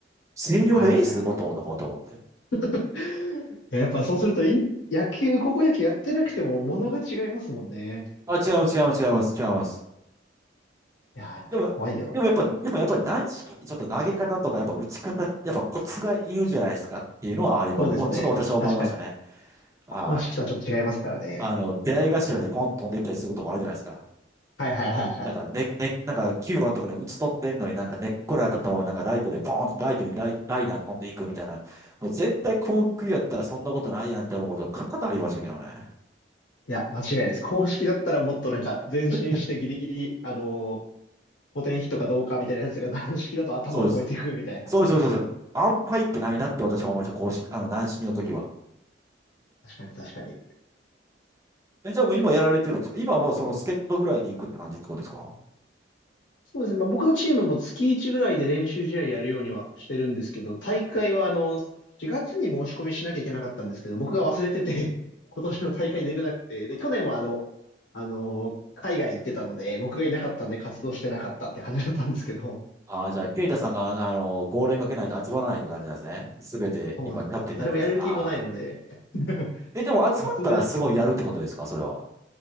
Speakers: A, on the right (about 15°); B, on the left (about 70°).
A: 星稜のエース元とかと思って。
B: はいはいはい。<laughs> やっぱそうするとイン、野球、高校野球やってなくても物が違いますもんね。
A: あ、違います、違います、違います、違います。
B: いやー、やっぱ怖いよ。
A: でも、でもやっぱ、でもやっぱり軟式ってちょっと投げ方とか、やっぱ打ち方、やっぱコツがいるじゃないですかっていうのはあります。
B: そうですね。
A: お、ちょっと私は思いましたね。
B: 確かに。
A: はい。
B: 公式とはちょっと違いますからね。
A: あの、出会い頭でポンと飛んでいったりすることもあるじゃないですか。
B: はいはいはいはい。
A: なんかね、ね、なんか9番とかで打ち取ってんのになんか根っこに当たったままなんかライトでポーンとライトにライ、ライナー飛んでいくみたいな。もう絶対幸福やったらそんなことないやんって思うことが多々ありましたけどね。
B: いや、間違いないです。公式だったらもっとなんか前進してギリギリ、
A: <laughs>
B: あのー、ポテンヒットかどうかみたいなやつが軟式だと頭超えていくみたいな。
A: そうです。そうです、そうです。そうです安牌ってないなって私は思いました。公式、あの、軟式の時は。
B: 確かに確かに。
A: え、じゃあもう今やられてるんですか今はもうその助っ人ぐらいで行くって感じってことですか
B: そうですね。まあ、僕のチームも月1ぐらいで練習試合やるようにはしてるんですけど、大会はあの、
A: うん
B: 4月に申し込みしなきゃいけなかったんですけど、僕が忘れてて、<laughs> 今年の大会出れなくて、で、去年はあの、あの、海外行ってたので、僕がいなかったんで活動してなかったって感じだったんですけど、
A: ああじゃあ、ケイタさんが、あの、号令かけないと集まらないって感じなんですね。すべて、
B: そうなんです。
A: 今、キャプテンでやってるんです。
B: 誰もやる気もないので、
A: ああ。
B: <laughs>
A: え、でも集まったらすごいやるってことですかそれは。
B: 集める。